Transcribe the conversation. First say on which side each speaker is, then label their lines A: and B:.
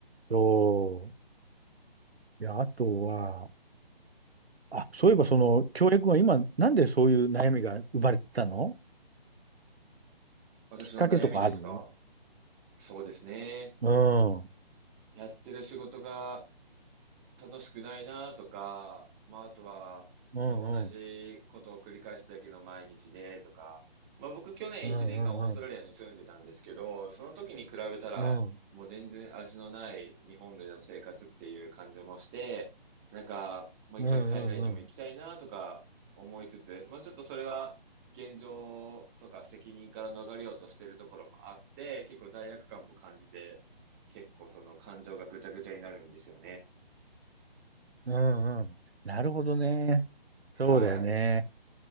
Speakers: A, on the right; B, on the right.
A: そういや、あとは、あ、そういえばその、京平は今、なんでそういう悩みが生まれたの
B: 私の悩みですか
A: きっかけとかある
B: そうですね。
A: うん。
B: やってる仕事が楽しくないなとか、まあ、あとは、
A: うんうん。
B: そう、同じことを繰り返すだけの毎日でとか、まあ、僕去年1年間オーストラリアに住んでたんですけど、
A: うんうんうん。
B: その時に比べたら、
A: うん
B: もう全然味のない日本での生活っていう感じもして、なんか、もう一回海外にも行きたいなとか思いつつ、
A: うんうん
B: まあ、ちょっとそれは現状とか責任から逃れようとしてるところもあって、結構罪悪感も感じて、結構その感情がぐちゃぐちゃになるんですよね。
A: うん。うんなるほどね。
B: は
A: そうだよね。